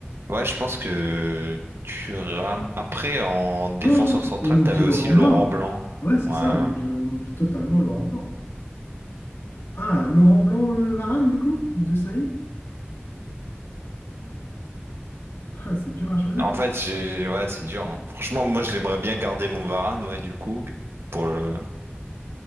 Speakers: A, on the right; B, on the left.
A: Ouais, je pense que Thuram. Après, en défenseur
B: Oh,
A: central,
B: on oublie
A: t'avais
B: Laurent
A: aussi Laurent
B: Blanc.
A: Blanc.
B: Ouais, c'est
A: Ouais.
B: ça, on oublie, on oublie totalement Laurent Blanc. Ah, Laurent Blanc, euh, Varane, du coup? Ou De Sailly? Ah, c'est dur à choisir,
A: En
B: hein.
A: fait, j'ai, ouais, c'est dur. hein. Franchement, moi, j'aimerais bien garder mon Varane, ouais, du coup, pour le.